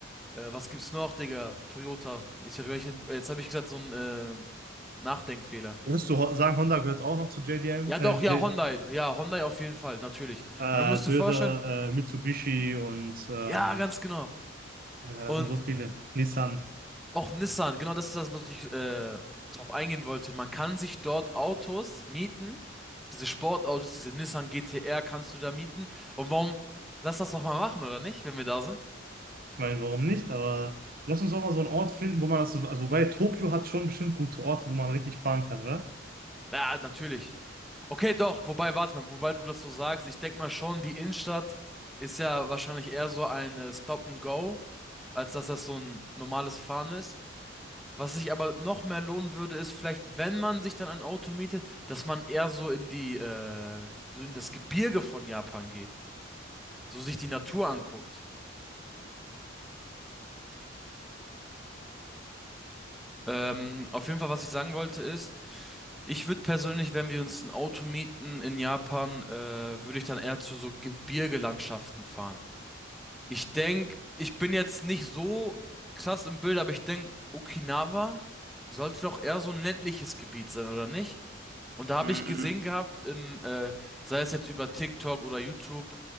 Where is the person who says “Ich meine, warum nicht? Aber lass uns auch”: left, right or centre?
Right